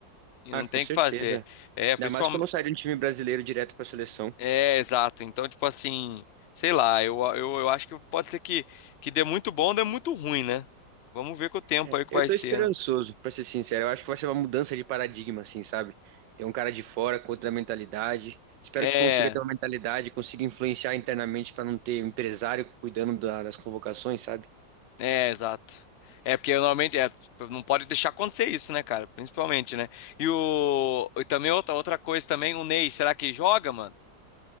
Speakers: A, on the left (about 75°); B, on the right (about 80°).
A: E
B: Ah,
A: não
B: com
A: tem
B: certeza.
A: o que fazer. É, principalmente.
B: Ainda mais que eu não sairia de um time brasileiro direto pra seleção.
A: É, exato. Então, tipo assim, sei lá, eu, eu, eu acho que pode ser que, que dê muito bom, dê muito ruim, né? Vamos ver com o tempo
B: É,
A: aí que
B: Eu
A: vai
B: tô
A: ser,
B: esperançoso,
A: né?
B: pra ser sincero. Eu acho que vai ser uma mudança de paradigma, assim, sabe? Tem um cara de fora com outra mentalidade. Espero
A: É.
B: que consiga ter uma mentalidade, consiga influenciar internamente pra não ter um empresário cuidando da- das convocações, sabe?
A: É, exato. É, porque normalmente é, não pode deixar acontecer isso, né, cara? Principalmente, né? E o. E também outra, outra coisa também, o Ney, será que joga, mano?